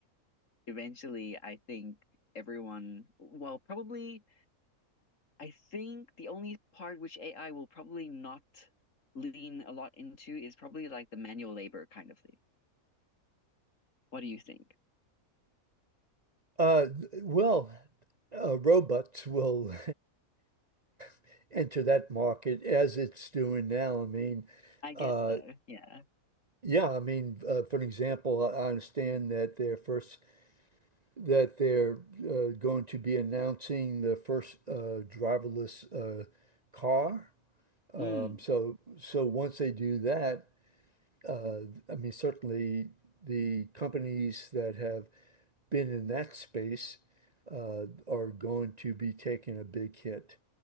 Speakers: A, on the left; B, on the right.
A: eventually, I think everyone, well, probably, I think the only part which AI will probably not lean a lot into is probably like the manual labor kind of thing. What do you think?
B: Uh, well, uh, robots will <laughs> enter that market as it's doing now. I mean,
A: I guess
B: uh,
A: though, yeah.
B: Yeah, I mean, uh, for an example, I I understand that they're first that they're uh, going to be announcing the first uh, driverless uh, car. Um,
A: Mm.
B: so, so once they do that, uh, I mean, certainly the companies that have been in that space uh, are going to be taking a big hit.